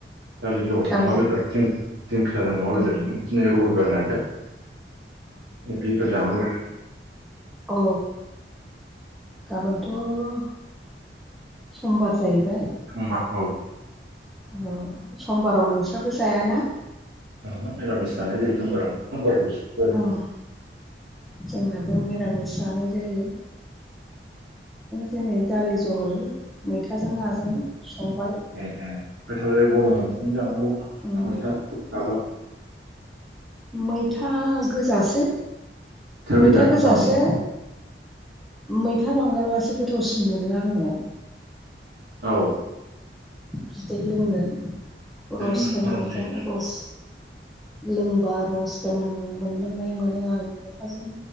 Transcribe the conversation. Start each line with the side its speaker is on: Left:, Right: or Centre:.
Right: दालि जहल
Centre: अ
Right: अमा बेदरजों दिंखियाजों अमा बेदरजों
Centre: अ
Right: दिनै रबिबार नायालाय बेदर जानो लुबै
Centre: औ गाबोनथ' समबार जाहैबाय।
Right: समबार औ।
Centre: औ समबाराव नोंसोरबो जायाना।
Right: औ मिरामिस जानाय जायो समबाराव समबारै <unintelligible>
Centre: अ जोंहाबो मिरामिस जानाय जायो। दिनै दालि जहल मैथाजों नाजों संबाय
Right: ए ए गोथाव जायो गरमाव बिदिनो जानांगौ
Centre: उम
Right: मैथा जाबा
Centre: मैथा गोजासो मैथा
Right: गोजा
Centre: गोजासो
Right: नाजों
Centre: मैथा बांगालबासो गोथावसिन मोनो आङो
Right: औ।
Centre: बिदै लोंनो
Right: बिदिनो
Centre: रस
Right: नों
Centre: गोनां
Right: आराम जायो
Centre: जा रस लोंबा रस गोनां मोनलोंनाय मोनो आं मैथाजों